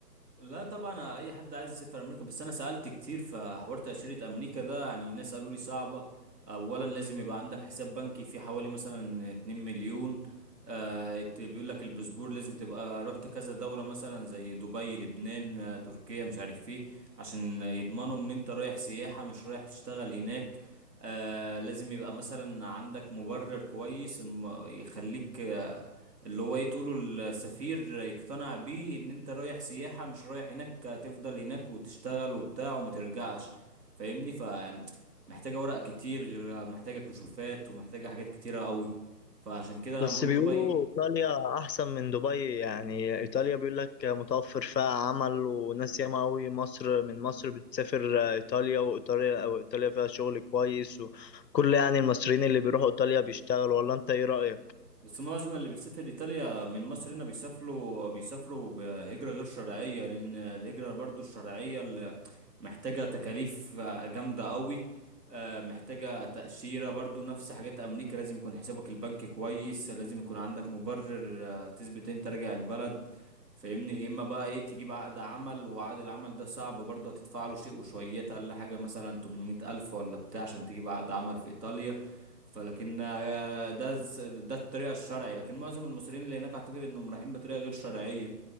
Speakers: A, on the right; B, on the left.
A: لا طبعا اي حد عايز يسافر امريكا بس انا سالت كتير في حوار تاشيره امريكا ده يعني ناس قالوا لي صعبه اولا لازم يبقى عندك حساب بنكي فيه حوالي مثلا 2 مليون آه ات- بيقول لك الباسبور لازم تبقى رحت كذا دوله مثلا زي دبي لبنان آه تركيا مش عارف ايه عشان يضمنوا ان انت رايح سياحه مش رايح تشتغل هناك آه لازم يبقى مثلا عندك مبرر كويس الم- يخليك آه، اللي هو ايه تقوله السفير يقتنع بيه ان انت رايح سياحة مش رايح هناك تفضل هناك وتشتغل وبتاع وما ترجعش فاهمني فيعني محتاجة ورق كتير غير محتاجة كشوفات ومحتاجة حاجات كتيرة قوي فعشان كده
B: بس
A: انا بقول
B: بيقولوا
A: دبي
B: إيطاليا أحسن من دبي يعني إيطاليا بيقول لك متوفر فيها عمل وناس ياما أوي مصر من مصر بتسافر إيطاليا وإيطاليا وإيطاليا فيها شغل كويس وكل يعني المصريين اللي بيروحوا إيطاليا بيشتغلوا ولا أنت إيه رأيك؟
A: بس معظم اللي بيسافر ايطاليا من مصر هنا بيسافروا بيسافروا بهجرة غير شرعية لان الهجرة برضو الشرعية اللي محتاجة تكاليف جامدة قوي آه، محتاجة تأشيرة برضو نفس حاجات امريكا لازم يكون حسابك البنكي كويس لازم يكون عندك مبرر آه، تثبت انت راجع البلد فاهمني يا اما بقى ايه تجيب عقد عمل وعقد العمل ده صعب برضو هتدفع له شيء وشويات اقل حاجة مثلا 800 الف ولا بتاع عشان تجيب عقد عمل في ايطاليا فلكن آه، ده الس- ده الطريقه الشرعي لكن معظم المصريين اللي هناك اعتقد انهم رايحين بطريقه غير شرعيه